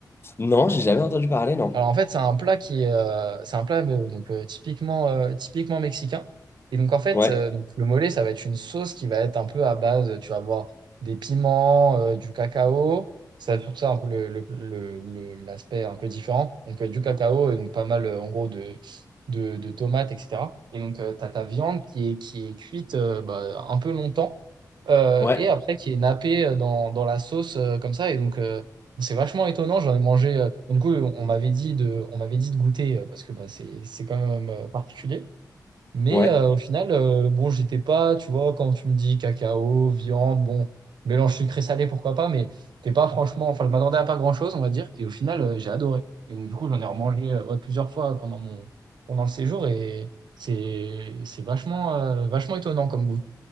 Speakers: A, on the left; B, on the right.
A: Non, j'ai jamais entendu parler, non.
B: Alors en fait, c'est un plat qui est, euh, c'est un plat euh, donc euh, typiquement euh, typiquement mexicain. Et donc en fait,
A: Ouais.
B: euh, donc le mole, ça va être une sauce qui va être un peu à base, tu vas avoir des piments, euh, du cacao. Ça, tout ça un peu le, le- le- le- l'aspect un peu différent. Donc euh, du cacao et donc pas mal euh, en gros de de, de tomates, etc. Et donc tu as ta viande qui est qui est cuite euh, bah, un peu longtemps euh,
A: Ouais,
B: et après qui est nappé euh, dans dans la sauce euh, comme ça. Et donc euh, c'est vachement étonnant, j'en ai mangé. euh, du coup, on m'avait dit de, on m'avait dit de goûter euh, parce que bah, c'est, c'est quand même euh, particulier. Mais
A: ouais.
B: euh, au final, euh, bon, j'étais pas, tu vois, quand tu me dis cacao, viande, bon, mélange sucré-salé, pourquoi pas, mais t'es pas franchement, enfin, je m'attendais à pas grand-chose, on va dire. Et au final, euh, j'ai adoré. Et donc, du coup, j'en ai remangé euh, ouais, plusieurs fois pendant mon, pendant le séjour et c'est, c'est vachement, euh, vachement étonnant comme goût.